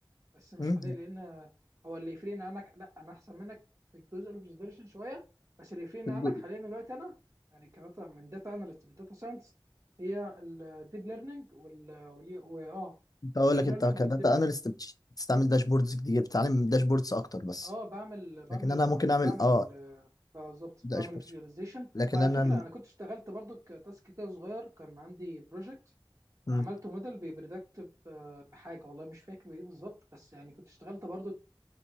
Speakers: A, on the right; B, on the left.
A: بس مش
B: امم
A: حاليا لان هو اللي يفرقني عنك لا انا احسن منك في الجزء الاوبزرفيشن شويه بس اللي يفرقني
B: في
A: عنك
B: الجو-
A: حاليا دلوقتي انا يعني كداتا من داتا اناليست لداتا ساينس هي الديب ليرنينج وال وال- واه
B: كنت اقول
A: ماشين
B: لك
A: ليرنينج
B: انت كداتا
A: والديب ليرنينج
B: اناليست بتستعمل داشبوردز كتير بتتعلم داشبوردز اكتر بس
A: اه بعمل بعمل
B: لكن انا ممكن
A: فيديو
B: اعمل
A: بعمل
B: اه
A: آه، بالظبط
B: داشبوردز
A: بعمل فيجواليزيشن
B: لكن
A: وعلى
B: انا
A: فكره انا كنت اشتغلت برضو كتاسك كده صغير كان عندي بروجكت
B: مم.
A: وعملت موديل بيبريدكت بحاجه والله مش فاكر بايه بالظبط بس يعني كنت اشتغلت برضو